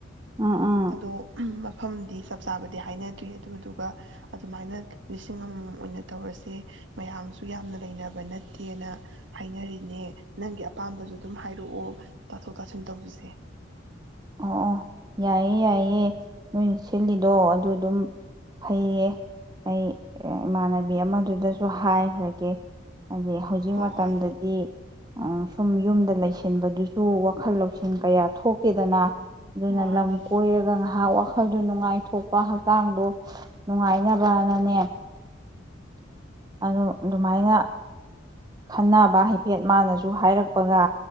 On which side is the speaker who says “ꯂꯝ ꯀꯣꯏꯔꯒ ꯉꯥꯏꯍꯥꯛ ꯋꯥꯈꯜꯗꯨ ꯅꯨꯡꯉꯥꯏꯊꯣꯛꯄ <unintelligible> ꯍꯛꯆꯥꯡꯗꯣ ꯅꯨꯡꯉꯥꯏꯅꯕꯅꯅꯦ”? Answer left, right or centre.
Right